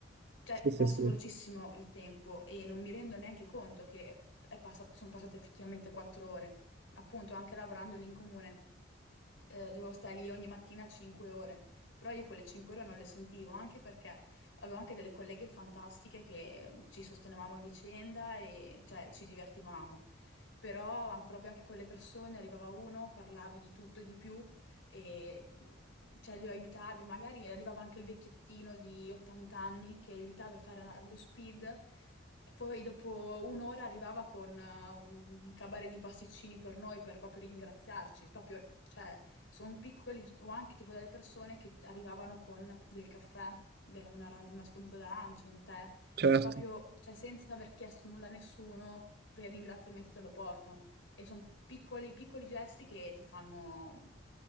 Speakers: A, on the left; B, on the right.
A: Cioè,
B: sì,
A: passa
B: sì, sì,
A: velocissimo il tempo e non mi rendo neanche conto che è passato- sono passate effettivamente 4 ore, appunto, anche lavorando lì in comune eh, dovevo stare lì ogni mattina 5 ore, però io quelle 5 ore non le sentivo, anche perché avevo anche delle colleghe fantastiche che ci sostenevamo a vicenda e cioè, ci divertivamo. Però am- proprio anche con le persone arrivava uno, parlavi di tutto e di più e mh, cioè, lo aiutavi, magari arrivava anche il vecchiettino di 80 anni che aiutava a fare una- lo speed, poi dopo un'ora arrivava con eh, un cabaret di pasticcini per noi per proprio ringraziarci, proprio cioè, sono piccoli o anche tipo delle persone che arrivavano con del caffè, della- una, ra- una spremuta d'arancia, un tè,
B: certo.
A: proprio cioè, senza aver chiesto nulla a nessuno, per ringraziamento te lo portano. E sono piccoli, piccoli gesti che ti fanno,